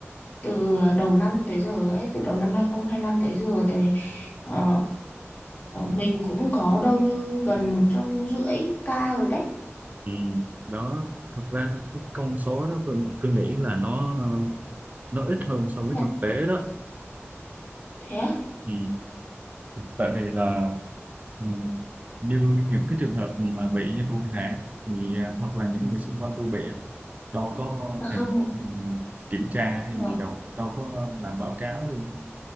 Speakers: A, on the left; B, on the right.
A: từ đầu năm tới giờ ấy từ đầu năm 2025 tới giờ thì ờ, ờ, mình cũng có đâu như gần một trăm rưỡi ca rồi đấy
B: Ừ, đó thực ra nó- cái con số đó tôi, tôi nghĩ là nó ờ, nó ít hơn so với
A: nhặt
B: thực tế đó
A: thế
B: ừ. tại vì là ừ, như những cái trường hợp mà bị như tôi nè thì à, hoặc là những người xung quanh tôi bị á, đâu có
A: là
B: thèm
A: không
B: ừ, kiểm tra hay
A: ờ,
B: gì đâu đâu có làm báo cáo lên